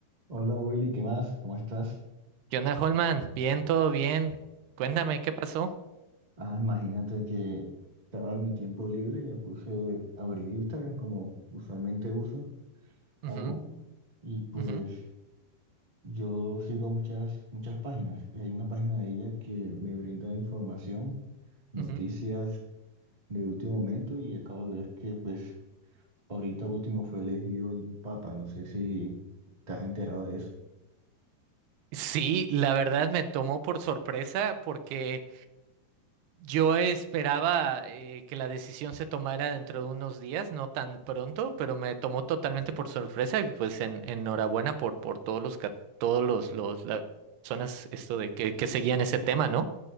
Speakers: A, on the right; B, on the right.
A: Hola Willy, ¿qué más? ¿Cómo estás?
B: ¿Qué onda, Holman? Bien, todo bien. Cuéntame, ¿qué pasó?
A: Ah, imagínate que estaba en mi tiempo libre y me puse a abrir Instagram como usualmente uso, hago,
B: Ujú,
A: y pues
B: ujú,
A: yo sigo muchas, muchas páginas y hay una página de ella que me brinda información, noticias
B: ujú.
A: de último momento y acabo de ver que pues ahorita último fue elegido el Papa, no sé si te has enterado de eso.
B: Sí, la verdad me tomó por sorpresa porque yo esperaba eh, que la decisión se tomara dentro de unos días, no tan pronto, pero me tomó totalmente por sorpresa y pues en- enhorabuena por, por todos los, ca- todos los, los- las personas esto de que, que seguían ese tema, ¿no?